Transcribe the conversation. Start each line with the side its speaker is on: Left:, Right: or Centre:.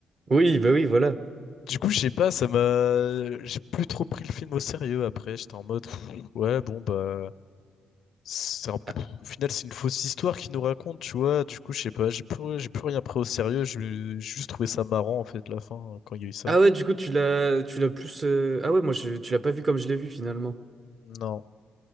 Right: Oui, bah oui, voilà.
Left: Du coup, je sais pas, ça m'a. J'ai plus trop pris le film au sérieux après. J'étais en mode, pff, ouais, bon, bah. c'est un peu-
Right: Ah,
Left: Au final, c'est une fausse histoire qu'il nous raconte, tu vois. Du coup, je sais pas, j'ai plus, j'ai plus rien pris au sérieux. Je- J'ai juste trouvé ça marrant, en fait, la fin, hein, quand il y a eu ça.
Right: ah ouais, du coup, tu l'as, tu l'as plus. euh, Ah ouais, moi, je, tu l'as pas vu comme je l'ai vu finalement.
Left: Non.